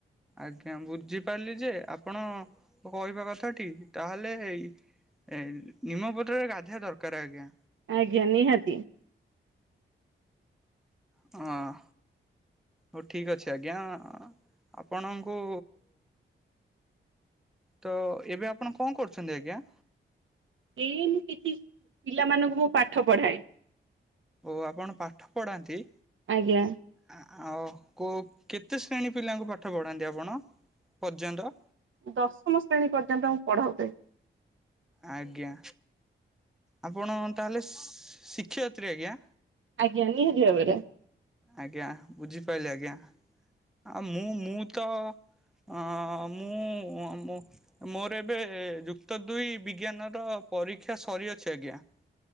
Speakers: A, in the centre; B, on the right.
A: ଆଜ୍ଞା ବୁଝିପାରିଲି ଯେ ଆପଣ। ମୋ କହିବା କଥାଟି ତାହେଲେ ଏଇ ଏ ନିମପତ୍ରରେ ଗାଧେଇବା ଦରକାର ଆଜ୍ଞା।
B: ଆଜ୍ଞା ନିହାତି।
A: ଅଁ। ହଉ ଠିକ୍ ଅଛି ଆଜ୍ଞା ଆପଣଙ୍କୁ। ତ ଏବେ ଆପଣ କଣ କରୁଛନ୍ତି ଆଜ୍ଞା?
B: ଏଇ ମୁଁ କିଛି ପିଲାମାନଙ୍କୁ ମୁଁ ପାଠ ପଢାଏ।
A: ଓ ଆପଣ ପାଠ ପଢ଼ାନ୍ତି।
B: ଆଜ୍ଞା।
A: ଆଁ ଆଉ କଉ କେତେ ଶ୍ରେଣୀ ପିଲାଙ୍କୁ ପାଠ ପଢ଼ାନ୍ତି ଆପଣ ପର୍ଯ୍ୟନ୍ତ?
B: ଦଶମ ଶ୍ରେଣୀ ପର୍ଯ୍ୟନ୍ତ ମୁଁ ପଢଉଛି।
A: ଆଜ୍ଞା। ଆପଣ ତାହେଲେ ସି ଶିକ୍ଷୟତ୍ରୀ ଆଜ୍ଞା?
B: ଆଜ୍ଞା ନିହାତି ଭାବରେ।
A: ଆଜ୍ଞା ବୁଝିପାରିଲି ଆଜ୍ଞା ଆଉ ମୁଁ ମୁଁ ତ। ଅଁ ମୁଁ ଅଁ ମୁଁ। ମୋର ଏବେ ଯୁକ୍ତ ଦୁଇ ବିଜ୍ଞାନ ର ପରୀକ୍ଷା ସରିଅଛି ଆଜ୍ଞା। <inaudible>